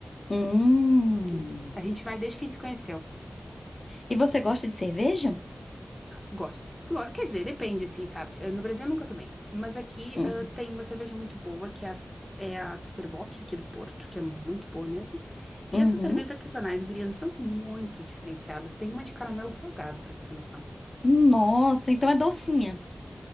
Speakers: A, on the left; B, on the left.
A: Hum.
B: Isso. A gente vai desde que a gente se conheceu.
A: E você gosta de cerveja?
B: Gosto. Lo- Quer dizer, depende, assim, sabe? Eh, No Brasil eu nunca tomei. Mas aqui
A: Uhum.
B: ah, tem uma cerveja muito boa, que é a, S- é a Superbock, aqui do Porto, que é muito boa mesmo. E
A: Uhum.
B: essas cervejas artesanais, gurias, são muito diferenciadas. Tem uma de caramelo salgado, pra tu ter noção.
A: Nossa, então é docinha.